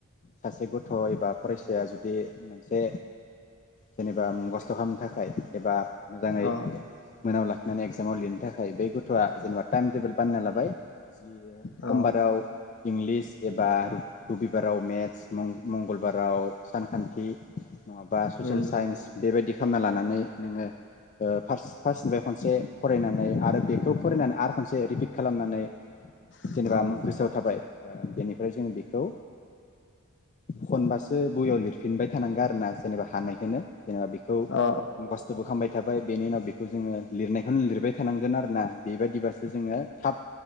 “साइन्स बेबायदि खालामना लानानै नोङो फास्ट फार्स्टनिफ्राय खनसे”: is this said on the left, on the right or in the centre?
Left